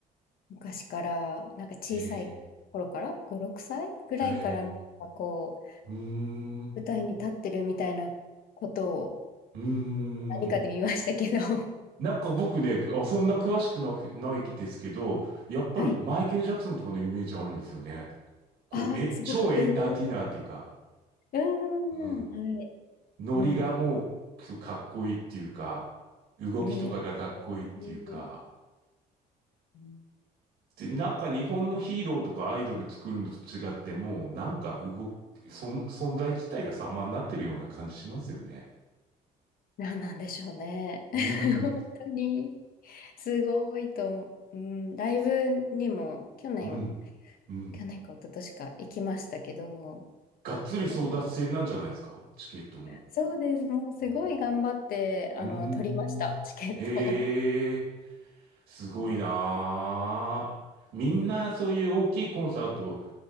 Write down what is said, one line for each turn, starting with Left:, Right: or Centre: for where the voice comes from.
Left: 昔から、なんか小さい頃から、
Right: ー、え
Left: 5、6歳ぐらいから、
Right: ー、えー、
Left: なんかこう、
Right: うーん、う
Left: 舞台に立ってるみたいなことを
Right: ーん。
Left: 何かで見ましたけど、<laughs>
Right: なんか僕ね、あ、そんな詳しくなく、ないですけど、やっぱりマイケル・
Left: はい。
Right: ジャクソンとかのイメージあるんですよね。こう、
Left: ああ、
Right: え、
Left: すごく影響。
Right: 超エンターテイナーっていうか。
Left: うーん、
Right: うん。
Left: はい。
Right: ノリがも
Left: うん、
Right: うかっこいいっていうか、動きとかがかっこいいっていうか、
Left: うん、かっこいい。うん
Right: で、なんか日本のヒーローとかアイドル作るのと違って、もうなんか動き、存存在自体が様になってるような感じしますよね。
Left: なんなんでしょうね。<laughs>
Right: うん。
Left: 本当に、すごいと思う。うん、ライブにも去年、
Right: うん、うん。
Left: 去年か一昨年か行きましたけど、
Right: がっつり争奪戦なんじゃないですか、
Left: すごく、
Right: チケットも。
Left: そうです。もうすごい頑張って、
Right: うん。
Left: あの、
Right: うーんへえ、
Left: 取りました、チケットを。
Right: すごいな
Left: うん
Right: あ。みんなそういう大きいコンサート